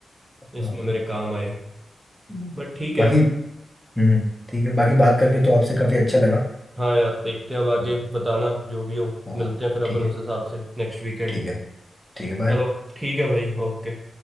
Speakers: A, in the centre; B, on the right.
A: हाँ
B: इसमें मेरे काम आए
A: हम्म।
B: बट ठीक है
A: बाकी हम्म ठीक है बाकी बात करके तो आपसे काफी अच्छा लगा
B: हाँ यार देखते हैं अब आगे
A: हम्म,
B: बताना जो भी हो
A: हाँ
B: मिलते हैं फिर अपन
A: ठीक है
B: उस हिसाब से नेक्स्ट वीकेंड
A: ठीक है ठीक है बाय
B: चलो ठीक है भाई ओके